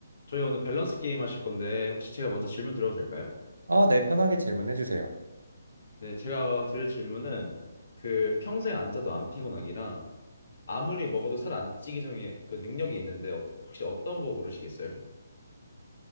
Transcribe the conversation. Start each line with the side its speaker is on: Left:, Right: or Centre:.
Left: 저희 오늘 밸런스 게임 하실 건데 혹시 제가 먼저 질문 드려도 될까요?
Right: 어, 네, 편하게 질문해 주세요.
Left: 네, 제가 드릴 질문은 그 평생 앉아도 안 피곤하기랑 아무리 먹어도 살 안 찌기 전에 그 능력이 있는데 어 혹시 어떤 거 고르시겠어요?